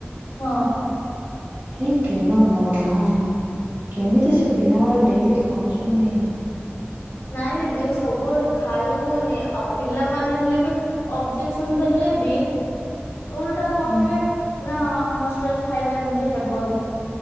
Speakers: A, on the left; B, on the right.
A: ହଁ
B: କି ତେଲ ଭଗବାନ କେମିତି ସେ ପିଲା ଗୁଡା ଡେଲି ଖାଉଛନ୍ତି।
A: ନାଇଁ ଦିଦି ସବୁବେଳେ ଖାଇ ହଉନି ଆଉ ପିଲାମାନେ ହେଲେ ବି ଅବଜେକ୍ସନ ଦେଲେ <inaudible> ଓଲଟା କହିବେ
B: ହୁଁ
A: ନା ହଷ୍ଟେଲ ଖାଇବା ଏମିତି ହେବନି।